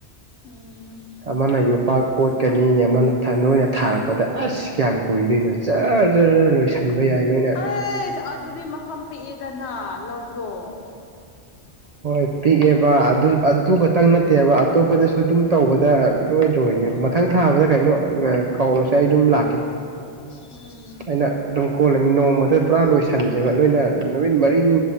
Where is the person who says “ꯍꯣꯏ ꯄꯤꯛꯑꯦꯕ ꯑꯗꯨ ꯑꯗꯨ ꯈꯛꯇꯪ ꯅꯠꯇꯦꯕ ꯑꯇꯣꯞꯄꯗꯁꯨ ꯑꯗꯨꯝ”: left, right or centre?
Right